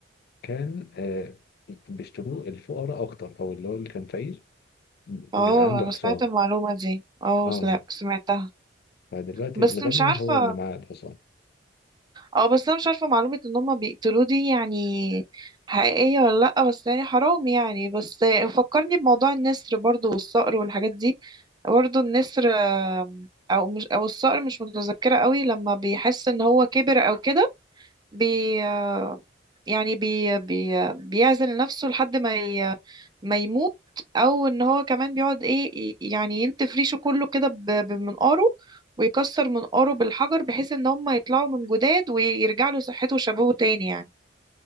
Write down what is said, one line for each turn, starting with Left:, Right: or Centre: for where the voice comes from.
Left: كان آه بيشتروه الفقراء اكتر او اللي هو اللي كان فقير بيبقى
Right: اه
Left: عنده
Right: انا
Left: حصان
Right: سمعت المعلومة دي اه
Left: اه
Right: لا سمعتها
Left: فدلوقتي
Right: بس
Left: الغني
Right: مش عارفة
Left: هو اللي معاه الحصان
Right: اه بس انا مش عارفه معلومه ان هم بيقتلوه دي يعني حقيقيه ولا لا بس يعني حرام يعني بس فكرني بموضوع النسر برضو والصقر والحاجات دي برضو النسر آم، او مش او الصقر مش متذكره قوي لما بيحس ان هو كبر او كده بي آه، يعني بي بي بيعزل نفسه لحد ما ي... ما يموت او ان هو كمان بيقعد ايه ي- يعني ينتف ريشه كله كده ب- بمنقاره ويكسر منقاره بالحجر بحيث ان هم يطلعوا من جداد ويرجع له صحته وشبابه تاني يعني